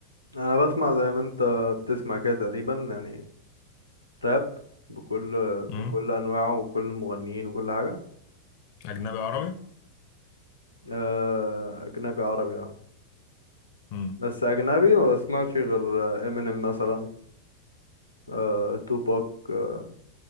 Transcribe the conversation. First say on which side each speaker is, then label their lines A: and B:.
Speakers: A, on the left (about 80°); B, on the left (about 45°).
A: انا بسمع زي ما انت بتسمع كده تقريبا يعني راب بكل بكل
B: امم
A: انواعه وكل المغنيين وكل حاجه
B: أجنبي عربي؟
A: آه، اجنبي عربي اه
B: امم
A: بس اجنبي ما بسمعش غير امينيم مثلا آه، توباك آه،